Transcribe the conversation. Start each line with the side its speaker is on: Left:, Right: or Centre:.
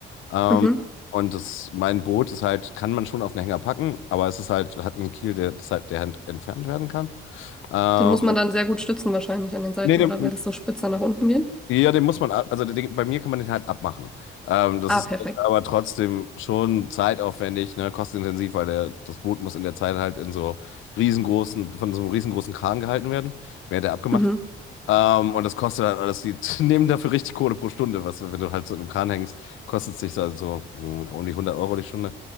Left: Ähm,
Centre: Mhm.
Left: und das, mein Boot ist halt, kann man schon auf einen Hänger packen, aber es ist halt, hat einen Kiel, der, das halt, der halt entfernt werden kann. Ähm,
Centre: Den muss man dann sehr gut stützen wahrscheinlich an den Seiten,
Left: nee, den,
Centre: oder? Weil das so spitzer nach unten geht.
Left: ja, den muss man, ab- also den, bei mir kann man den halt abmachen. Ähm, das
Centre: Ah,
Left: ist
Centre: perfekt.
Left: halt aber trotzdem schon zeitaufwendig, ne, kostenintensiv, weil der, das Boot muss in der Zeit halt in so riesengroßen, von so einem riesengroßen Kran gehalten werden, während er abgemacht
Centre: Mhm.
Left: ähm, und das kostet halt alles, die <laughs> nehmen dafür richtig Kohle pro Stunde, was, wenn du halt so in einem Kran hängst, kostet es dich so, so mh, um die 100 Euro die Stunde.